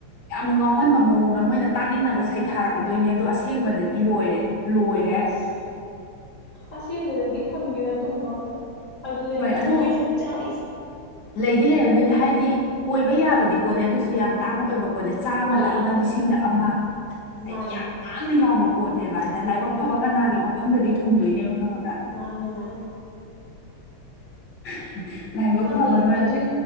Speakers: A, on the left (about 55°); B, on the left (about 40°).
A: ꯌꯥꯝꯅ ꯉꯥꯎꯍꯟꯕ ꯃꯑꯣꯡꯗ ꯃꯣꯢꯅ ꯇꯥꯅꯤꯡꯅꯕ ꯁꯩꯊꯥꯔꯛꯀꯗꯣꯢꯅꯦ ꯑꯗꯣ ꯑꯁꯦꯡꯕꯗꯗꯤ ꯂꯣꯢꯔꯦ ꯂꯣꯢ
B: ꯑꯁ ꯑꯁꯦꯡꯕꯗꯗꯤ ꯐꯪꯗꯦꯗꯥ ꯑꯗꯨꯒꯨꯝꯕ ꯑꯝꯇ ꯑꯗꯨꯗꯅꯤ
A: ꯍꯣꯏ
B: ꯊꯃꯣꯢꯁꯦ
A: ꯑꯗꯣ
B: ꯆꯥꯛꯏꯁꯤ
A: ꯂꯩꯗꯤ ꯂꯩꯔꯝꯗꯣꯢꯅꯦ ꯍꯥꯢꯗꯤ ꯑꯣꯢꯕ ꯌꯥꯕꯗꯤ ꯄꯣꯠꯅꯦ ꯑꯗꯨꯑꯣꯢꯁꯨ ꯌꯥꯝ ꯇꯥꯡꯅ ꯑꯣꯢꯕ ꯄꯣꯠꯅꯦ ꯆꯥꯝꯃꯗ
B: ꯍꯣꯏ ꯌꯥꯝ
A: ꯑꯃ ꯂꯤꯁꯤꯡꯗ
B: ꯆꯝꯃꯦ
A: ꯑꯃ ꯍꯥꯢꯗꯤ
B: ꯃꯥꯅꯦ
A: ꯌꯥꯝ ꯇꯥꯡꯅ ꯌꯥꯎꯕ ꯄꯣꯠꯅꯦꯕ ꯑꯗ ꯂꯥꯢꯕꯛ
B: ꯎꯝ
A: ꯐꯕ ꯀꯅꯥꯒꯤ ꯃꯐꯝꯗꯗꯤ ꯊꯨꯡꯗꯨꯢꯅꯦꯕ ꯈꯪꯉꯕ꯭ꯔꯥ
B: ꯃꯥꯢꯅꯤ ꯃꯥꯢꯅꯤ
A: <unintelligible>
B: ꯐꯪꯗꯦ
A: ꯐꯕꯩ ꯃꯔꯛꯇ
B: ꯑꯗꯨ